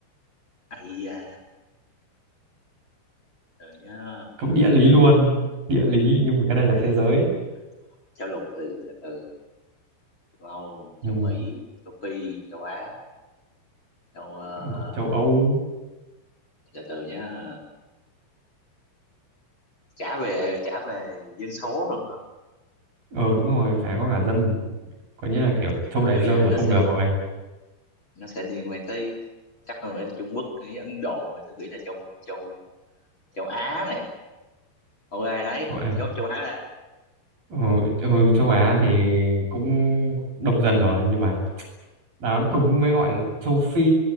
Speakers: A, on the left; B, on the right.
A: Ây da rồi nhá
B: cũng địa lý luôn địa lý nhưng mà cái này là
A: <laughs>
B: thế giới
A: châu lục thì từ từ châu Âu châu
B: ừ.
A: Mỹ châu Phi châu Á châu ờ,
B: còn châu Âu
A: từ từ nhá trả về trả về dân số luôn hả
B: ờ đúng rồi phải có cả dân có nghĩa là kiểu
A: vậy
B: châu
A: tôi
B: Đại
A: nghĩ
B: Dương
A: là nó
B: là không
A: sẽ
B: được rồi
A: nó sẽ liên quan tới chắc tôi nghĩ là Trung Quốc cái Ấn Độ tôi nghĩ là châu châu châu Á này ok đấy
B: châu Á
A: chốt châu Á là
B: ờ, ừ, châu Á thì cũng đông dân rồi nhưng mà đó đúng mới gọi là châu Phi